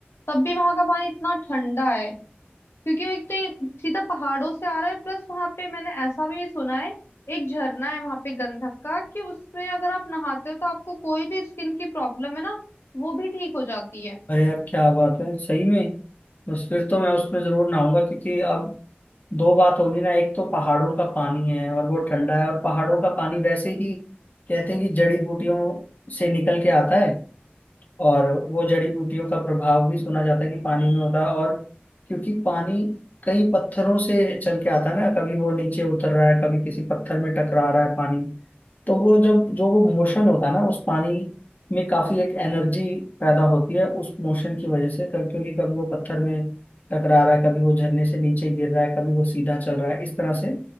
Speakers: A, on the left; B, on the left.
A: तब भी वहां का पानी इतना ठंडा है क्योंकि वो एक तो ये सीधा पहाड़ों से आ रहा है प्लस वहां पे मैंने ऐसा भी सुना है एक झरना है वहां पे गंधक का कि उसमें अगर आप नहाते हो तो आपको कोई भी स्किन की प्रॉब्लम है ना वो भी ठीक हो जाती है
B: अरे यार क्या बात है सही में बस फिर तो मैं उसमें जरूर नहाऊंगा क्योंकि अब दो बात होगी ना एक तो पहाड़ों का पानी है और वो ठंडा है और पहाड़ों का पानी वैसे ही कहते हैं कि जड़ी बूटियों से निकल के आता है और वो जड़ी बूटियों का प्रभाव भी सुना जाता है कि पानी में होता है और क्योंकि पानी कई पत्थरों से चल के आता है ना कभी वो नीचे उतर रहा है कभी किसी पत्थर में टकरा रहा है पानी तो वो जब जो वो मोशन होता है ना उस पानी में काफी एक एनर्जी पैदा होती है उस मोशन की वजह से क- क्योंकि कभी वो पत्थर में टकरा रहा है कभी वो झरने से नीचे गिर रहा है कभी वो सीधा चल रहा है इस तरह से